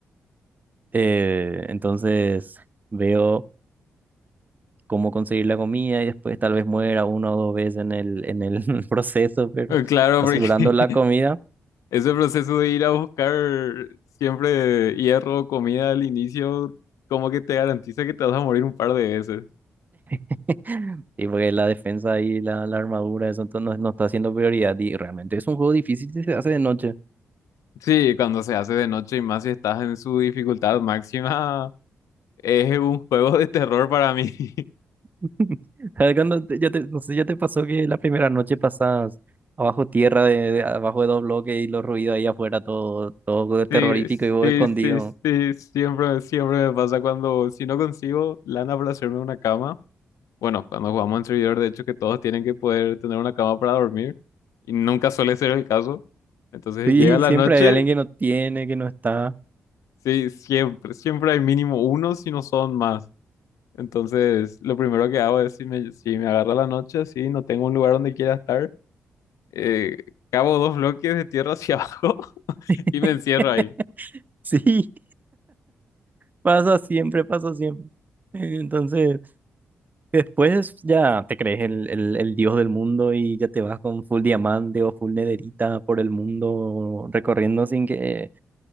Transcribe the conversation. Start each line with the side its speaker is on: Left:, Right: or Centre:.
Right: eh, entonces veo cómo conseguir la comida y después tal vez muera una o dos veces en el, en el <laughs> proceso, pero
Left: Eh, Claro,
Right: asegurando
Left: porque
Right: la
Left: <laughs>
Right: comida.
Left: ese proceso de ir a buscar siempre hierro o comida al inicio, como que te garantiza que te vas a morir un par de veces.
Right: <laughs> Y porque la defensa y la, la armadura, eso entonces no, no está siendo prioridad. Y realmente es un juego difícil si se hace de noche.
Left: Sí, cuando se hace de noche y más si estás en su dificultad máxima, es un juego de terror para mí. <laughs>
Right: <laughs> ¿Sabes cuando te- ya te, no sé, ya te pasó que la primera noche pasas abajo tierra, de, de- abajo de dos bloques y los ruidos ahí afuera, todo, todo
Left: Sí,
Right: terrorífico y vos
Left: sí,
Right: escondido?
Left: sí, sí, siempre, siempre me pasa cuando si no consigo lana para hacerme una cama. Bueno, cuando jugamos en servidor, de hecho, que todos tienen que poder tener una cama para dormir. Y nunca suele ser el caso. Entonces
Right: Sí,
Left: llega la
Right: siempre
Left: noche,
Right: hay alguien que no tiene, que no está.
Left: sí, siempre, siempre hay mínimo uno, si no son más. Entonces, lo primero que hago es si me, si me agarra la noche, sí, no tengo un lugar donde quiera estar, eh, cavo dos bloques de tierra hacia <laughs> abajo
Right: <laughs>
Left: y me encierro ahí.
Right: Sí, pasa siempre, pasa siempre. Entonces. Y Después ya te crees el, el, el dios del mundo y ya te vas con full diamante o full nederita por el mundo recorriendo sin que,